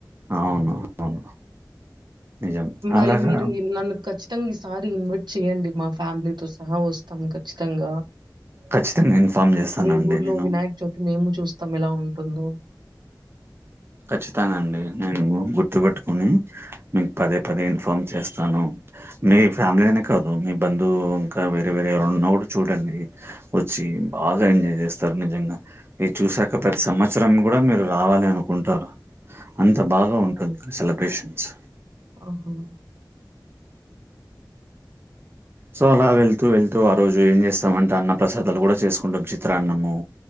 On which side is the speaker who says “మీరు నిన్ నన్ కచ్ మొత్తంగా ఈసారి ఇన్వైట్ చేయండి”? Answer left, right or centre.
Right